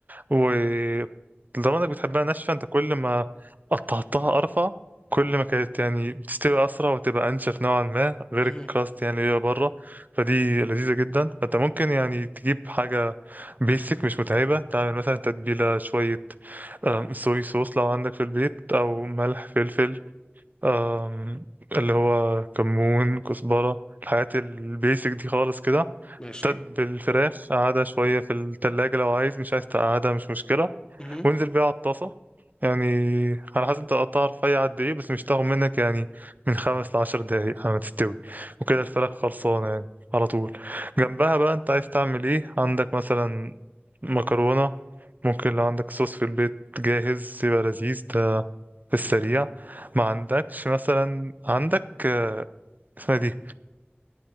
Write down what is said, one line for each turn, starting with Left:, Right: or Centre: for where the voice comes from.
Right: ولدرجة انك بتحبها ناشفة انت كل ما قطعتها ارفع كل ما كانت يعني بتستوي اسرع وتبقى انشف نوعا ما غير
Left: مهم.
Right: الكراست يعني اللي هي بره فدي لذيذة جدا فانت ممكن يعني تجيب حاجة بيسك مش متعبة تعمل مثلا تتبيلة شوية أم، صويا صوص لو عندك في البيت او ملح فلفل أم، اللي هو كمون كزبرة الحاجات البيسك دي خالص كده
Left: ماشي
Right: تتبل الفراخ قعدها شوية في التلاجة لو عايز مش عايز تقعدها مش مشكلة
Left: مهم.
Right: وانزل بيها على الطاسة يعني على حسب انت قطعها رفيع قد ايه بس مش تاخد منك يعني من خمس لعشر دقايق على ما تستوي وكده الفراخ خلصانة يعني على طول جنبها بقى انت عايز تعمل ايه عندك مثلا مكرونة ممكن لو عندك صوص في البيت جاهز يبقى لذيذ ده في السريع ما عندكش مثلا عندك آه، اسمها دي